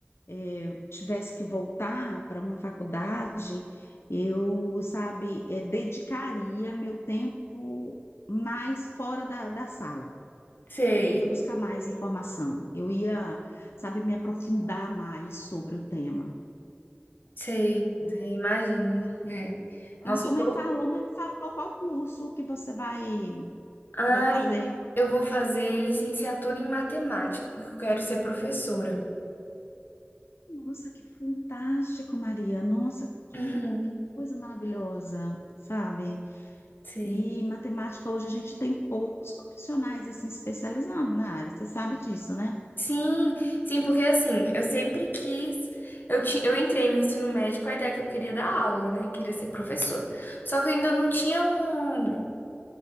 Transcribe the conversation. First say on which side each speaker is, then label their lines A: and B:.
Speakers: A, on the left; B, on the left.
A: eh, eu tivesse que voltar para uma faculdade, eu, sabe, eh, dedicaria meu tempo mais fora da, da sala.
B: Sei,
A: Eu ia buscar mais informação, eu ia, sabe, me aprofundar mais sobre o tema.
B: sei,
A: né?
B: sei, imagino, né?
A: A
B: Nossa,
A: sua
B: eu
A: mãe
B: tô...
A: falou, mas não falou qual curso que você vai,
B: Ai,
A: vai fazer.
B: eu vou fazer licenciatura em matemática, porque eu quero ser professora.
A: Nossa, que fantástico, Maria. Nossa, que
B: Uhum,
A: coisa maravilhosa, sabe?
B: sei.
A: E matemática hoje a gente tem poucos profissionais assim especializados na área. Você sabe disso, né?
B: Sim, sim, porque assim, eu sempre quis. Eu, ti, eu entrei no ensino médio com a ideia que eu queria dar aula, né? Queria ser professora. Só que eu ainda não tinha um,